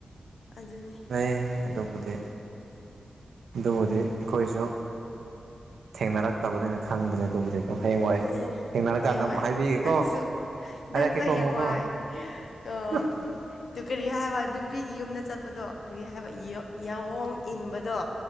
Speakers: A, on the left (about 70°); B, on the right (about 85°).
A: ꯑꯗꯨꯅꯦ
B: ꯂꯩ ꯑꯗꯨꯕꯨꯗꯤ ꯑꯗꯨꯕꯨꯗꯤ ꯑꯩꯈꯣꯏꯁꯨ ꯊꯦꯡꯅꯔꯛꯇꯕꯅꯤꯅ ꯈꯪꯗ꯭ꯔꯦ ꯑꯗꯨꯕꯨꯗꯤꯀꯣ ꯍꯌꯦꯡꯋꯥꯏ
A: ꯑꯗꯨꯅꯤ
B: ꯊꯦꯡꯅꯔꯀꯥꯟꯗ
A: ꯍꯌꯦꯡꯋꯥꯏ
B: ꯑꯃꯨꯛ ꯍꯥꯏꯕꯤꯒꯦꯀꯣ
A: ꯅꯪꯁꯨ
B: ꯍꯥꯏꯔꯛꯀꯦꯀꯣ
A: ꯅꯪꯁꯨ ꯍꯌꯦꯡꯋꯥꯏ
B: ꯑꯃꯨꯛꯀꯣ
A: ꯑ
B: <unintelligible>
A: ꯑꯗꯨ ꯀꯔꯤ ꯍꯥꯏꯕ ꯅꯨꯄꯤꯒꯤ ꯌꯨꯝꯗ ꯆꯠꯄꯗꯣ ꯀꯔꯤ ꯍꯥꯏꯕ ꯌ ꯌꯥꯑꯣꯡ ꯏꯟꯕꯗꯣ